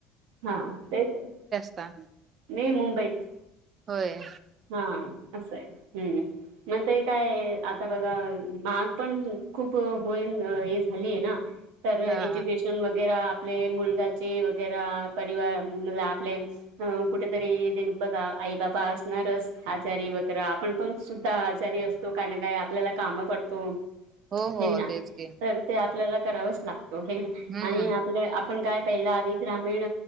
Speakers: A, on the right (about 80°); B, on the right (about 25°).
A: हा तेच-
B: का
A: मी मुंबईत
B: होय.
A: हा असं आहे हम्म मणता काय आता बघा महाग पण खूप होईल हे झाली आहे ना, तर एज्युकेशन
B: हा
A: वगैरे आपले मुलगाचे वगैरे परिवार मुलगा प्ले्स कुठेतरी बघा आई बाबा असणारच आजारी वगैरे आपण पण सुद्धा आजारी असतो. तो काय ना काय आपल्याला काम पडतो.
B: हो हो
A: हे ना
B: तेच की
A: तर ते आपल्याला करावंच लागतो हे ना,
B: हम्म
A: आणि आपलं आपण काय पहिल्या आधी ग्रामीण